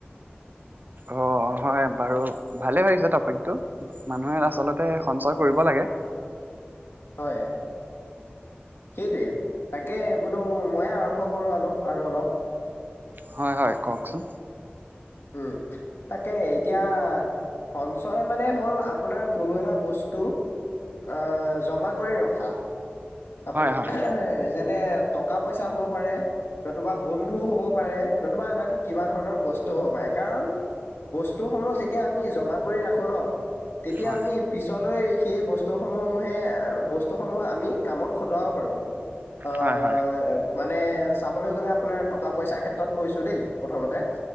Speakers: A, on the right; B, on the left.
A: অ', হয় বাৰু ভালে পাইছোঁ টপিকটো মানুহে আচলতে সঞ্চয় কৰিব লাগে
B: হয়। সেইটোৱে তাকে বোলো মইে আৰম্ভ কৰো আলো আৰু অলপ
A: হয়, হয় কওকচোন
B: উম, তাকে এতিয়া সঞ্চয় মানে হ'ল আপোনাৰ কোনো এটা বস্তু আহ জমা কৰি ৰখা আপোনাৰ
A: হয় হয়
B: যেনে টকা পইচা হ'ব পাৰে নতুবা বন্ধু হ'ব পাৰে নতুবা আনন কিবা ধৰণৰ বস্তু হ'ব পাৰে কাৰণ বস্তুসমূহ যেতিয়া আমি জমা কৰি ৰাখো ন তেতিয়া
A: হয়
B: আমি পিছলৈ সেই বস্তুসমূহহে বস্তুসমূহ আমি কামত খটাব পাৰো অ
A: হয় হয়
B: মানে চাবলৈ গ'লে আপোনাৰ টকা পইচাৰ ক্ষেত্ৰত কৈছো দেই প্ৰথমতে